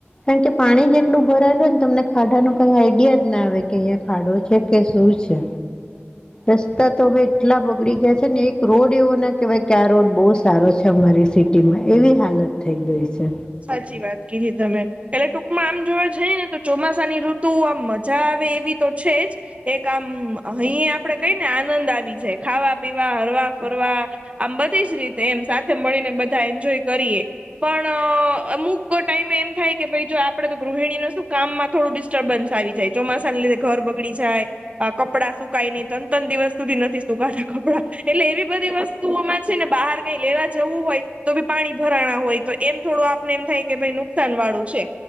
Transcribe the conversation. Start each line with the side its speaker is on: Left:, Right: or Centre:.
Left: કારણ કે પાણી જેટલું ભરાયેલું હોય ને તમને ખાડા ન કઈ આઈડિયા જ ના આવે કે અહીંયા ખાડો છે, કે શું છે. રસ્તા તો હવે એટલા બગડી ગયા છે, ને એક રોડ એવો ના કેવાય ક્યા રોડ બહુ સારો છે, અમારી સિટીમાં એવી હાલત થઈ ગઈ છે.
Right: સાચી વાત કીધી તમે એટલે ટૂંકમાં આમ જોવા જઈ ને તો, ચોમાસાની ઋતુ આ મજા આવે એવી તો છે, જ એક આામ અહી આપડે કઈ ને, આનંદ આવી જાય ખાવા પીવા હરવા ફરમ બધી જ રીતે એમ સાથે મળીને બધા એન્જોય કરીએ પણ અમુક ટાઈમે એમ થાય કે, ભ જો આપડે તો ગૃહિણી ન શું કામમાં થોડું ડિસ્ટર્બન્સ આવી જાય ચોમાસાને લીધે ઘર બગડી જાય. કપડાં સુકઈ નઈ તન તણ દિવસ સુધી નથી, સુકાતા કપડાં એટલે એવી બધી વસ્તુઓમાં છે, ને બહાર કઈ લેવા જવું હોય તો ભી પાણી ભરાણા હોય તો એમ થોડું આપને એમ થાય કે ભાઈ નુકસાન વાળું છે,